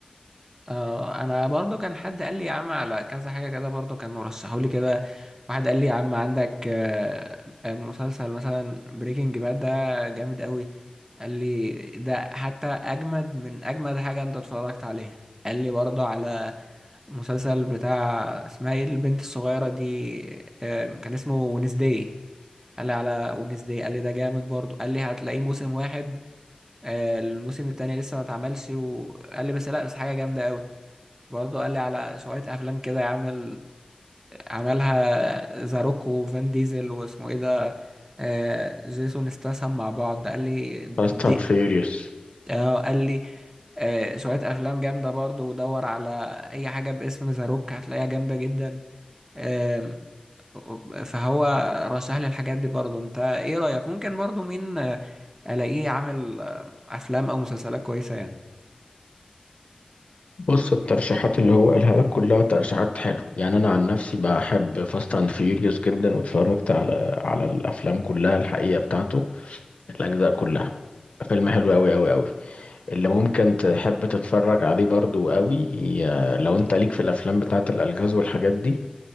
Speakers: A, on the right (about 20°); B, on the left (about 50°).
A: آه انا برضه كان حد قال لي يا عم على كذا حاجة كده برضه كان مرشحوا لي كده واحد قال لي يا عم عندك آه، آه، مسلسل مثلا بريكنج باد ده جامد قوي قال لي ده حتى اجمد من اجمد حاجة انت اتفرجت عليها قال لي برضه على مسلسل بتاع اسمها ايه البنت الصغيرة دي آم، كان اسمه ونسداي قال لي على ونسداي قال لي ده جامد برضو قال لي هتلاقيه موسم واحد آه، الموسم التاني لسه ما اتعملش وقال لي بس لا بس حاجة جامدة قوي برضو قال لي على شوية أفلام كده يعمل عملها زاروك وفان ديزل واسمه ايه ده آه، جيسون استاثام مع بعض قال لي
B: فاست
A: دي
B: اند فيوريوس
A: اه قال لي آه، شوية أفلام جامدة برضو ودور على أي حاجة باسم زاروك هتلاقيها جامدة جدا آم، فهو رشح لي الحاجات دي برضو انت ايه رأيك ممكن برضو مين آه، الاقيه عامل آه، افلام او مسلسلات كويسة يعني
B: بص الترشيحات اللي هو قالها لك كلها ترشيحات حلوه يعني انا عن نفسي بحب فاست اند فيوريوس جدا واتفرجت على على الافلام كلها الحقيقه بتاعته الاجزاء كلها فيلم حلو قوي قوي قوي اللي ممكن تحب تتفرج عليه برضو قوي ي- لو انت ليك في الافلام بتاعه الالغاز والحاجات دي